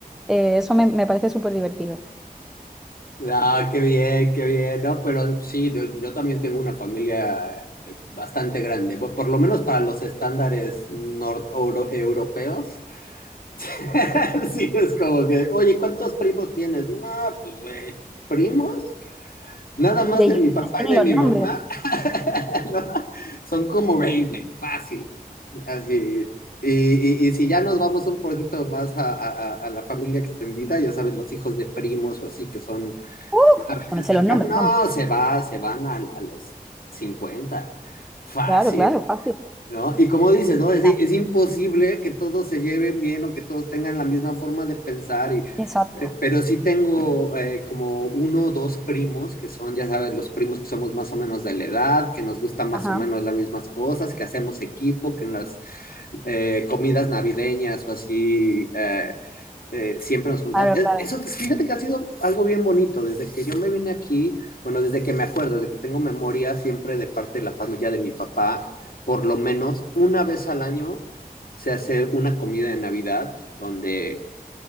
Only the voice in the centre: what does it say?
Eh, eso me, me parece súper divertido.
De
yo
no sé ni
los
nombres.
¡Uh!
No me sé
los nombres,
vamos.
Claro, claro, fácil.
Ya,
Exacto.
Ajá,
claro, claro.